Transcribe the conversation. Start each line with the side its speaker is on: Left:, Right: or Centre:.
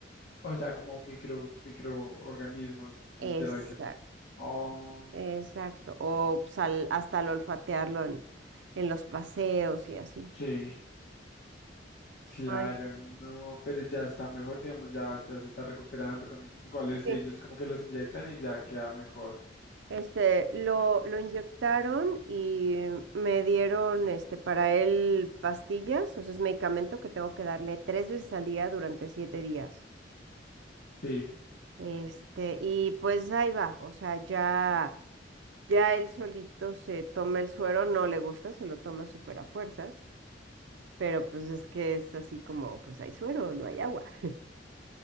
Left: o sea, como micro, microorganismos,
Right: Exacto.
Left: literal que. Oh,
Right: Exacto. O pues, hasta al olfatearlo en, en los paseos y así.
Left: sí. Claro,
Right: Ay,
Left: no, pero ya está mejor, digamos, ya, ya se está recuperando. Con, igual es
Right: sí.
Left: que ellos como que los inyectan y ya queda mejor.
Right: Este, lo, lo inyectaron y me dieron este, para él pastillas, o sea, es medicamento que tengo que darle tres veces al día durante siete días.
Left: Sí.
Right: Este, y pues ahí va, o sea, ya, ya él solito se toma el suero, no le gusta, se lo toma súper a fuerzas. Pero pues es que es así como, pues hay suero, no hay agua. <laughs>